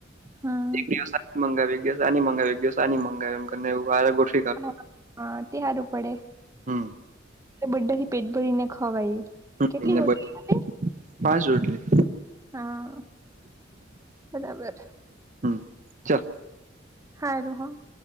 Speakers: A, on the right (about 15°); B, on the right (about 40°).
A: હમ્મ.
B: એક દિવસ મંગાવી દિવ આ મંગાવી દિવસ આ મંગાવી એમ વારેઠ
A: હ હા તે હારું પડે,
B: હમ
A: એટલે બધાથી પેટ ભરીને ખવાય.
B: હમ્મ
A: કેટલી
B: એમના
A: રોટી
B: પર
A: આવે
B: પાંચ રોટલી.
A: હા, બરાબર.
B: હમ ચાલ
A: હારું હ.